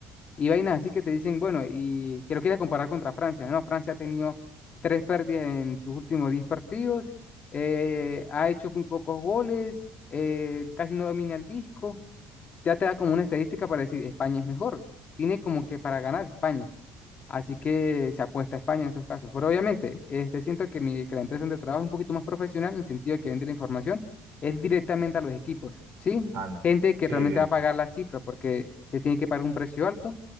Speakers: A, on the left; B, on the right.
A: y vainas así que te dicen, bueno, y que lo quieras comparar contra Francia, ¿no? Francia ha tenido tres pérdidas en sus últimos diez partidos, eh, ha hecho muy pocos goles, eh, casi no domina el disco, ya te da como una estadística para decir, España es mejor, tiene como que para ganar España, así que se apuesta a España en esos casos. Pero obviamente, este, siento que, mi, que la empresa donde trabajo es un poquito más profesional en el sentido de que vende la información, es directamente a los equipos, ¿sí?
B: Anda.
A: Gente que
B: Sí,
A: realmente
B: sí.
A: va a pagar la cifra porque se tiene que pagar un precio alto